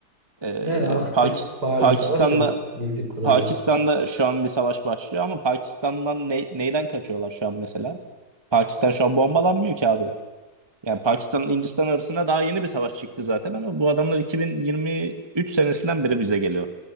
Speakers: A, on the right (about 15°); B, on the right (about 75°).
A: Ee,
B: Yani aktif
A: Pakis-
B: faal
A: Pakistan'da
B: bir savaş yok bildiğim kadarıyla.
A: Pakistan'da şu an bir savaş başlıyor ama Pakistan'dan ne- neyden kaçıyorlar şu an mesela? Pakistan şu an bombalanmıyor ki abi. Yani Pakistan Hindistan arasında daha yeni bir savaş çıktı zaten ama bu adamlar 2023 senesinden beri bize geliyor.